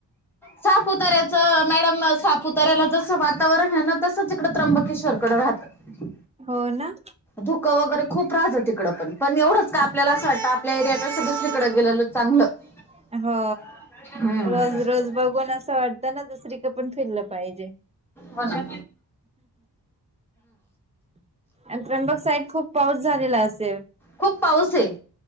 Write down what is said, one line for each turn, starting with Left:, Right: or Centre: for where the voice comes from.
Centre: सापुतऱ्याच मॅडम सापुतऱ्याला जसं वातावरण आहे ना तसच त्र्यबकेश्वर कड राहतं
Right: हो ना
Centre: धुकं वगैरे खूप राहत तिकड पण पण एवढंच का आपल्याला असं वाटतं आपल्या एरियातल असं दुसरीकडे गेलेलं चांगलं
Right: <unintelligible>
Centre: हम्म
Right: रोज रोज बघून असं वाटतं ना दुसरीकड पण फिरलं पाहिजे
Centre: होना
Right: आणि त्र्यंबक साईड खूप पाऊस झालेला असेल
Centre: खूप पाऊस हाय